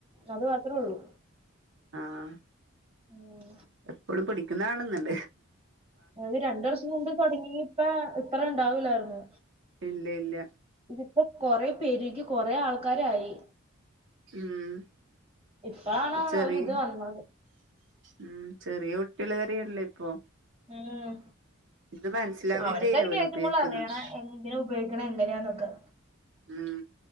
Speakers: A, on the right; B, on the right.
A: അത് മാത്രോള്ളൂ
B: ആഹ്.
A: ഉം
B: എപ്പളും പിടിക്ക്ന്നാണ്ന്ന്ണ്ട്
A: അത് രണ്ട്‌വർഷം മുമ്പ് തൊടങ്ങി ഇപ്പ ഇത്രണ്ടാവൂലാർന്നു.
B: ഇല്ല ഇല്ല.
A: ഇതിപ്പോ കൊറെ പെരുകി കൊറെ ആൾക്കാരായി.
B: ഉം
A: ഇപ്പാണ്
B: ചെറിയ
A: അവര് ഇത് വന്നത്.
B: ഉം ചെറിയ കുട്ട്യേൾവരെല്യേപ്പൊ.
A: ഉം
B: ഇത് മനസിലാവേം
A: അവർക്കായിരിക്കും
B: ചെയൂലാ ഓല്
A: ഏറ്റവും
B: ഉപയോഗിക്കിന്നത്.
A: കൂടുതൽ അറിയണ എന്തിനാ ഉപോഗിക്കണെ എങ്ങനെയാന്നൊക്കെ.
B: മ്